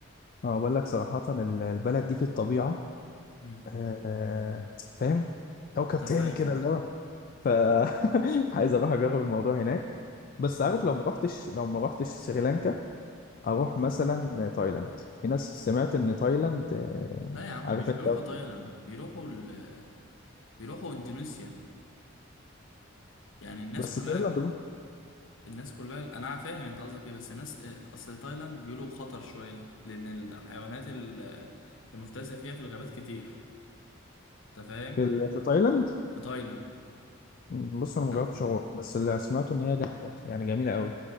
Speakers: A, on the left; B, on the left.
A: اه بقول لك صراحة ال- البلد دي في الطبيعة
B: مم.
A: آه، فاهم كوكب
B: انا
A: تاني
B: فاهم
A: كده
B: اه
A: اللي هو ف <laughs> عايز اروح اجرب الموضوع هناك بس
B: مم.
A: عارف لو ما رحتش لو ما رحتش سريلانكا
B: مم.
A: اروح مثلا تايلاند في ناس سمعت ان تايلاند آه،
B: لا يا عم
A: عارف
B: مش
A: انت
B: بيروحوا تايلاند بيروحوا ال... بيروحوا اندونيسيا يعني الناس
A: بس
B: كلها
A: تايلاند بص-
B: الناس كلها انا فاهم انت قصدك ايه بس الناس آه، اصل تايلاند بيقولوا خطر شويه لان الحيوانات ال- المفترسه فيها في الغابات كتير انت فاهم
A: في ال- في تايلاند
B: في تايلاند
A: بص انا
B: لا
A: ما جربتش اروح بس اللي سمعته ان هي جامده يعني جميله قوي